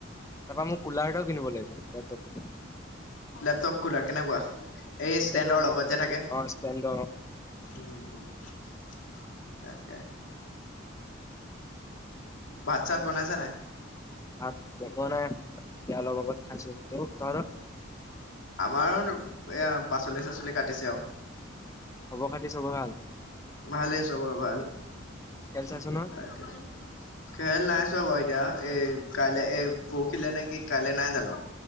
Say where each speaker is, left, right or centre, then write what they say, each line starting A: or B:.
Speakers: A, on the left; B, on the left.
A: তাৰপৰা মোক কুলাৰ এটাও কিনিব লাগিব লেপটপৰ
B: লেপটপ কোলাৰ কেনেকুৱা? এই ষ্টেণ্ডৰ
A: এইটো আকৌ
B: লগত যে থাকে।
A: অ ষ্টেণ্ড
B: উম, উ। তাকে ভাত চাত বনাইছে নাই? <inaudible>
A: ভাত বনোৱা নাই এতিয়া অলপ আগত খাইছো ত তহঁতৰ
B: আমাৰো এয়া পাচলি-চাচলি কাটিছে আৰু।
A: খবৰ খাতি চবৰ ভাল?
B: ভালেই চবৰ ভাল। তাকে
A: খেল চাইছ নহয়
B: খেল নাই বাৰু। এতিয়া, এ কাইলৈ এ পৰহিলে নে কি কাইলৈ নাই জানো?